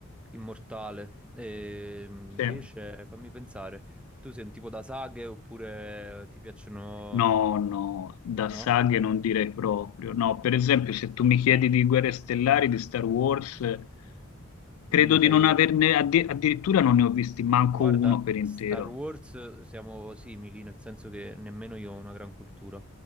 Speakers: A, in the centre; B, on the left (about 75°).
A: immortale. E invece,
B: Sì.
A: fammi pensare, tu sei un tipo da saghe oppure ti piacciono...
B: No, no, da
A: No?
B: saghe non direi proprio. No, per esempio,
A: Ok,
B: se tu mi chiedi di Guerre Stellari, di Star Wars, eh, credo
A: non ne
B: di
A: sai...
B: non averne, addi- addirittura non ne ho visti manco
A: Guarda,
B: uno per intero.
A: Star Wars siamo simili, nel senso che nemmeno io ho una gran cultura.